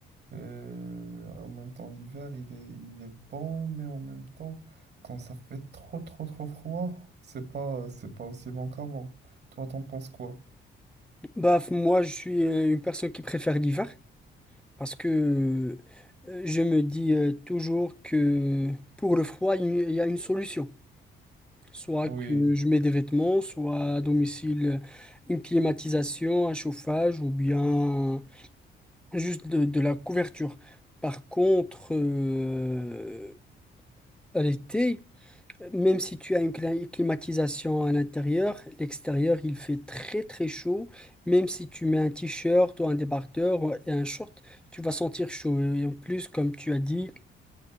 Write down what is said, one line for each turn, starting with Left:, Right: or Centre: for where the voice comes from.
Right: euh, en même temps, l'hiver, il est il est bon, mais en même temps, quand ça fait trop trop trop froid, c'est pas c'est pas aussi bon qu'avant. Toi, t'en penses quoi?
Centre: Bah f- moi je suis euh, une personne qui préfère l'hiver parce que euh, je me dis euh, toujours que pour le froid il y il y a une solution, soit
Right: Oui,
Centre: que je mets des vêtements, soit à domicile euh, une climatisation, un chauffage ou bien juste de, de la couverture. Par contre, euh, à l'été Même si tu as une cli- climatisation à l'intérieur, l'extérieur il fait très très chaud. Même si tu mets un t-shirt ou un débardeur ou- et un short, tu vas sentir chaud. Et en plus, comme tu as dit,